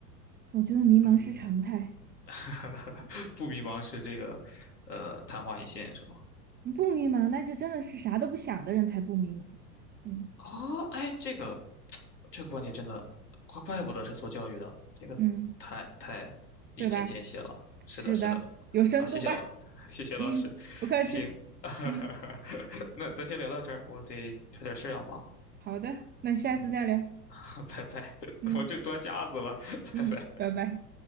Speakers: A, on the right; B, on the left.
A: 我觉得迷茫是常态。
B: 嗯，<laughs> 不迷茫是这个，呃，昙花一现是吗？
A: 不迷茫，那就真的是啥都不想的人才不迷茫。嗯
B: 哦，哎，这个这个观点真的，怪怪不得是做教育的，这个太太一针见血了。
A: 嗯，对吧？
B: 是的，
A: 是的，
B: 是的，
A: 有深度吧？
B: 好，谢谢老，<laughs> 谢谢老师，
A: 嗯，不客气。
B: 行，
A: 嗯，
B: <laughs> 那咱先聊到这儿，我得还有点事儿要忙，
A: 好的，那下次再聊。
B: 嗯，<laughs> 拜拜，<laughs>
A: 嗯
B: 我就端架子了，<laughs>
A: 嗯，
B: 拜拜。
A: 拜拜。